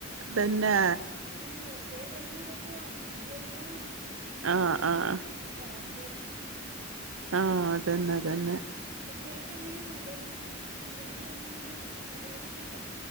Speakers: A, on the right; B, on the right.
A: തന്നെ
B: ഓൾക്ക് അങ്ങനെ വെറു അതേട്രൈ ചെയ്തപ്പോ അങ്ങനെ ഒരു കഴിവാണ് അതൊക്കെ
A: ആഹ് ആഹ്
B: ഭാഗ്യാണ്.
A: ആ അത് തന്നെ അത് തന്നെ
B: കുട്ടികളൊക്കെ എങ്ങനെയെ മൊബൈൽ മൊബൈല് കാണുന്നുണ്ടോ മൊബൈൽ അഡിക്ഷൻ ഉണ്ടോ